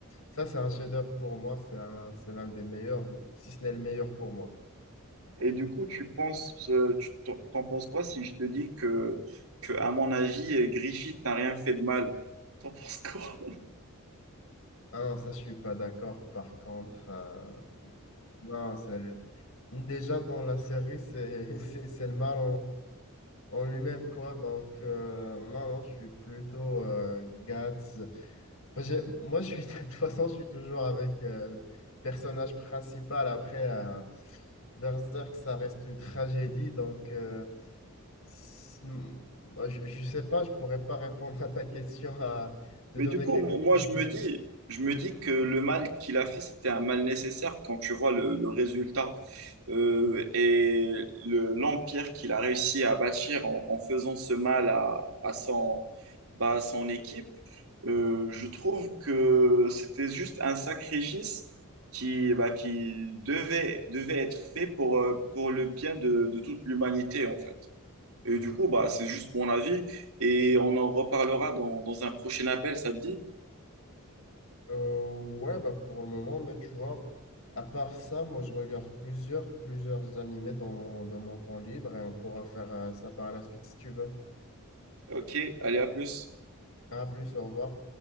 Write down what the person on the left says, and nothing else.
ça, c'est un chef-d'œuvre pour moi. C'est un- c'est l'un des meilleurs, si ce n'est le meilleur pour moi.
Ah non, ça, je suis pas d'accord. Par contre, euh, non, c'est déjà dans la série, c'est <laughs> c'est c'est le mal en lui-même, quoi. Donc, euh, non, non, je suis plutôt euh, Guts. Moi, j'ai- moi, je suis, <laughs> de toute façon, je suis toujours avec euh, le personnage principal. Après, euh, Berserk, ça reste une tragédie. Donc, euh, si- moi, je, je sais pas, je pourrais pas répondre à ta question à, de
donner
quelque
chose
de.
Euh, ouais, bah, pour le moment, mais tu vois. À part ça, moi, je regarde plusieurs, plusieurs animés dans, dans mon temps libre et on pourra faire euh, ça par la suite si tu veux.
À plus, au revoir.